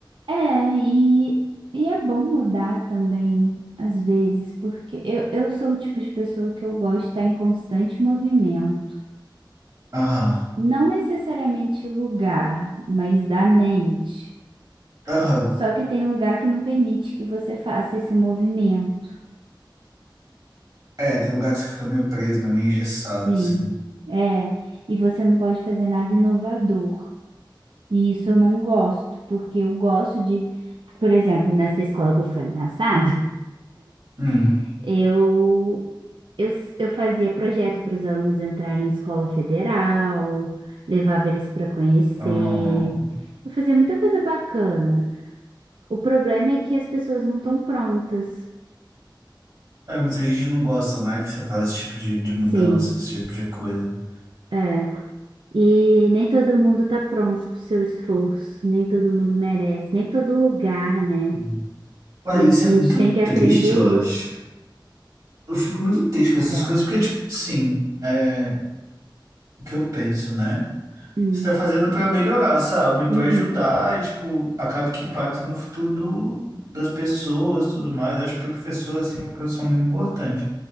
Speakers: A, on the right; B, on the right.
A: É, e, e é bom mudar também, às vezes, porque eu, eu sou o tipo de pessoa que eu gosto de estar em constante movimento.
B: Aham,
A: Não necessariamente lugar, mas da mente.
B: aham.
A: Só que tem lugar que não permite que você faça esse movimento.
B: É, tem lugar que você fica meio preso, né? Meio engessado,
A: Sim,
B: assim.
A: é. E você não pode fazer nada inovador. E isso eu não gosto, porque eu gosto de, por exemplo, nessa escola que eu fui ameaçada,
B: Hum.
A: <laughs> eu, eu, eu fazia projeto para os alunos entrarem em escola federal, levava eles para conhecer.
B: Uhum.
A: Eu fazia muita coisa bacana. O problema é que as pessoas não estão prontas.
B: É, muita gente não gosta, né? Que você faz esse tipo de, de mudança,
A: Sim.
B: esse tipo de coisa.
A: é. E nem todo mundo tá pronto pro seu esforço, nem todo mundo merece, nem todo lugar, né?
B: Uhum. Ah,
A: E
B: isso
A: a gente
B: é muito
A: tem que aprender
B: triste, eu
A: isso.
B: acho. Eu fico muito triste com essas
A: É.
B: coisas, porque, tipo, sim, é o que eu penso, né?
A: Hum,
B: Você tá fazendo pra melhorar, sabe? Pra
A: uhum,
B: ajudar e, tipo, acaba que impacta no futuro do- das pessoas e tudo mais. Eu acho que o professor, assim, é uma pessoa muito importante.